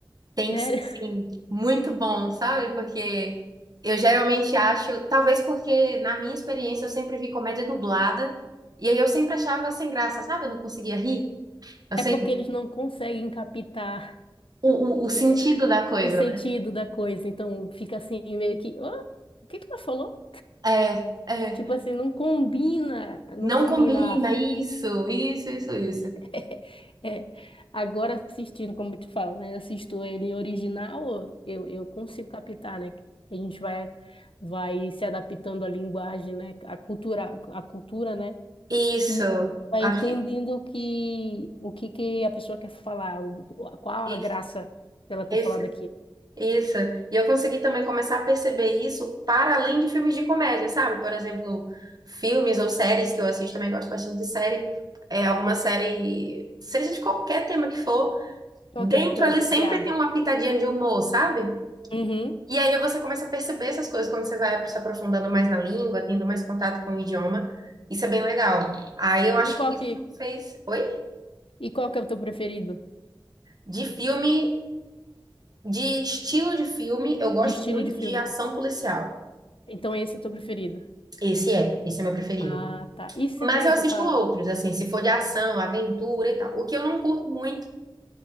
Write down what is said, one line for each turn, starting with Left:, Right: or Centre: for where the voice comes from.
Right: Tem
Left: Sério?
Right: que, ser, sim,
Left: <laughs>
Right: muito bom, sabe? Porque eu geralmente acho, talvez porque na minha experiência eu sempre vi comédia dublada e aí eu sempre achava sem graça, sabe? Eu não conseguia rir. Eu
Left: É
Right: sempre,
Left: porque eles não conseguem captar
Right: o, o, o sentido
Left: é,
Right: da coisa,
Left: o sentido
Right: né?
Left: da coisa, então fica assim meio que, "Hã? o que que ela falou?
Right: É, é,
Left: Tipo assim, não combina, não
Right: não
Left: combina
Right: combina isso, isso, isso, isso.
Left: <laughs> É, agora assistindo, como eu te falo, né? Assisto ele original, eu, eu consigo captar, né? A gente vai, vai se adaptando à linguagem, né? À cultura, à cultura, né?
Right: Isso,
Left: E vai
Right: acho
Left: entendendo
Right: que
Left: o que, o que, que a pessoa quer falar, o, qual
Right: isso,
Left: a graça dela ter
Right: esse
Left: falado aqui.
Right: Isso. E eu consegui também começar a perceber isso para além de filmes de comédia, sabe? Por exemplo, filmes ou séries que eu assisto, também gosto bastante de série. É alguma série, seja de qualquer tema que for,
Left: Então,
Right: dentro
Left: o que é que tu é
Right: ali
Left: viciada?
Right: sempre tem uma pitadinha de humor, sabe?
Left: Uhum.
Right: E aí você começa a perceber essas coisas quando você vai se aprofundando mais na língua, tendo mais contato com o idioma. Isso é bem legal. Aí eu acho
Left: E
Right: que
Left: qual
Right: isso
Left: que,
Right: me fez. Oi?
Left: e qual que é o teu preferido?
Right: De filme, de estilo de filme, eu gosto
Left: Estilo
Right: muito
Left: de filme?
Right: de ação policial.
Left: Então, esse é o teu preferido.
Right: Esse é, esse é meu preferido.
Left: Ah, tá. E série,
Right: Mas eu assisto
Left: tu tá.
Right: outros, assim, se for de ação, aventura e tal. O que eu não curto muito